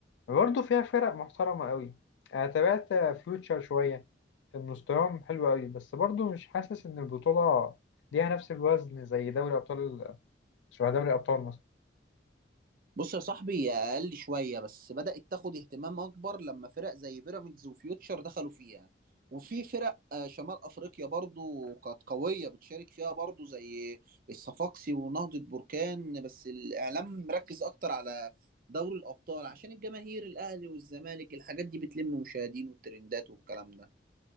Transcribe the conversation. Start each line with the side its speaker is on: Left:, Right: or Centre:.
Left: برضه فيها فرق محترمة أوي أنا تابعت فيوتشر شوية كان مستواهم حلو أوي بس برضه مش حاسس إن البطولة ليها نفس الوزن زي دوري أبطال شبه دوري أبطال مصر
Right: بص يا صاحبي هي اقل شويه بس بدات تاخد اهتمام اكبر لما فرق زي بيراميدز وفيوتشر دخلوا فيها وفي فرق آه، شمال افريقيا برضو كانت قويه بتشارك فيها برضو زي الصفاقسي ونهضه بركان بس الاعلام مركز اكتر على دوري الابطال عشان الجماهير الاهلي والزمالك الحاجات دي بتلم مشاهدين والترندات والكلام ده